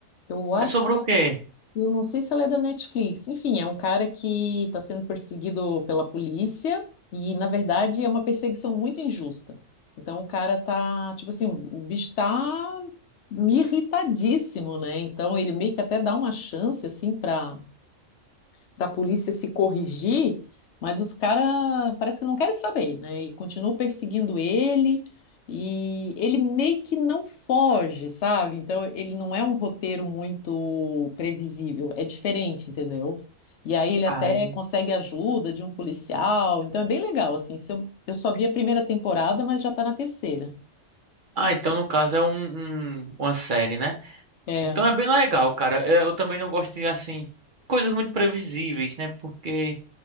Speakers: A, on the left; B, on the right.
A: Eu acho
B: É sobre
A: que é
B: o quê?
A: Eu não sei se ela é da Netflix. Enfim, é um cara que está sendo perseguido pela polícia e, na verdade, é uma perseguição muito injusta. Então, o cara tá, tipo assim, o bicho tá irritadíssimo, né? Então, ele meio que até dá uma chance, assim, para para a polícia se corrigir, mas os caras parece que não querem saber, né? E continuam perseguindo ele, e ele meio que não foge, sabe? Então ele não é um roteiro muito previsível, é diferente, entendeu? E aí ele até
B: Ai.
A: consegue ajuda de um policial, então é bem legal, assim. se eu, eu só vi a primeira temporada, mas já tá na terceira.
B: Ah, então no caso é um, um- uma série, né?
A: É.
B: Então é bem legal, cara. Eu, eu também não gosto de, assim, coisas muito previsíveis, né? Porque